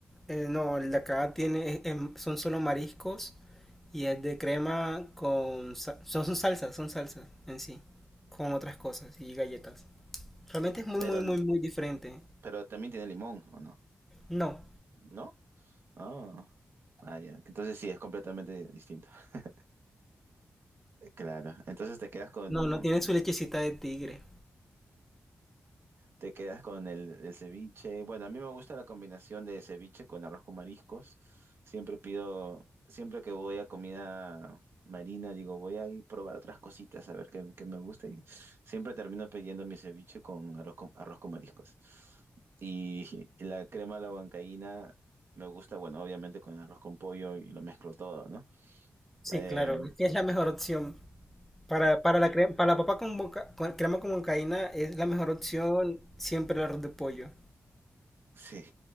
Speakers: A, in the centre; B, on the right.
A: eh, no, el de acá tiene, es- em, son solo mariscos y es de crema con, sa- son, son salsas, son salsas en sí, con otras cosas y galletas. Realmente es muy,
B: Pero,
A: muy,
B: el-
A: muy, muy diferente.
B: pero también tiene limón, ¿o no?
A: No,
B: ¿No? Ah, ah, ya. Entonces sí, es completamente distinto. <laughs> Claro. Entonces te quedas con.
A: no, no tiene su lechecita de tigre.
B: Te quedas con el, el ceviche. Bueno, a mí me gusta la combinación de ceviche con arroz con mariscos. Siempre pido, siempre que voy a comida marina, digo, voy a ir a probar otras cositas, a ver qué, qué me gusta. Y siempre termino pidiendo mi ceviche con arroz con, arroz con mariscos. Y <laughs> la crema a la huancaína me gusta, bueno, obviamente con arroz con pollo y lo mezclo todo, ¿no?
A: Sí,
B: Eh,
A: claro, es que es la mejor opción. Para, para la crema, para la papa con, boca- con crema con huancaína es la mejor opción siempre el arroz de pollo.
B: sí.